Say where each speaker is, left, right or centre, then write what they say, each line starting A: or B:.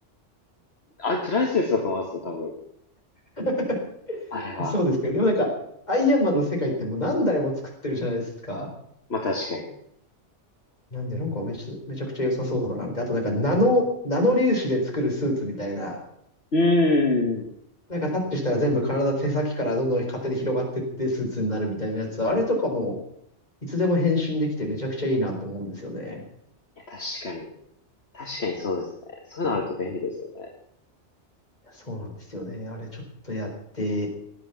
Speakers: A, on the left; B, on the left.
A: あれプライスレスだと思いますよ、多分。
B: <laughs>
A: あれは。
B: そうですけど、でもなんか、アイアンマンの世界ってもう何台も作ってるじゃないですか。
A: まあ確かに。う
B: なんで、なんかめちゃ、めちゃくちゃ良さそうだな、みたいな。あとなんか、ナノ、ナノ粒子で作るスーツみたいな。
A: ーん。い
B: なんかタッチしたら全部体手先からどんどん勝手に広がってってスーツになるみたいなやつ。あれとかも、いつでも変身できてめちゃくちゃいいなって思うんですよね。
A: や、確かに。確かにそうですね。そういうのあると便利ですよね。
B: いやそうなんですよね。あれちょっとやって